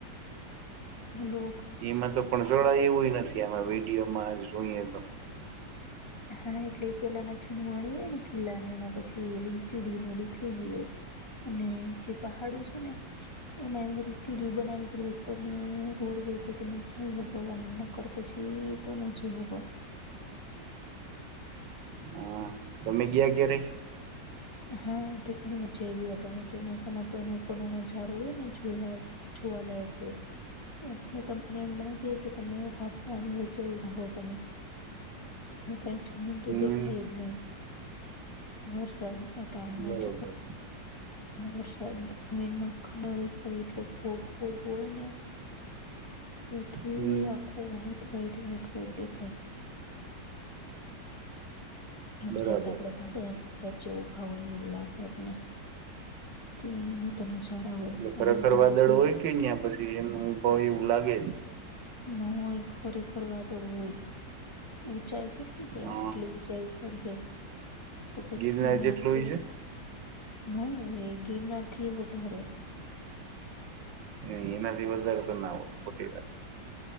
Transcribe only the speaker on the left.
હલો
<inaudible> હા એટલે પેલા ના છૂડ વાણી હોય ને ખીલ્લા ને એમાં પછી ઓલી સીડી ન ઓલી થઈ ગય હોય અને જે પહાડો છે ને એમાં સીડીયું બનાવી ગ હોય તો તમે રોડ હોય તો તમે <unintelligible> પછી તો નથી હો.
<inaudible> હા હું તો ઘણી વજે એવીટ અને ચોમાસામાં તો એનો ઉપર નો નજારો હોય ને જોય. જોવા લાયક હોય. એને તમને એમ લાગે કે તમે <unintelligible> વચ્ચે ઉભા હો તમે. કઈ છોમીન તો
દેખાય જ નહી. વરસાદ અટાડના
ચ. વરસાદ જમીનમાં ખ દે એટલો ભોગ ભોગ હોય ને. બધું
આખું વ્હાઈટ વ્હાઈટ વ્હાઈટ વ્હાઈટ દેખાય. એમ
થાય કે આપડે વાતરની વચ્ચે ઊભા હોય એવું લાગે આપને. <unintelligible>
ન હોય ખરેખર વાદળ હોય. ઊંચાઈ કેટલી હે
એટલી ઊંચાઈ ઉપર હે. તો પછી
અં તો
નય હવે ગિરનાર થી વધારે.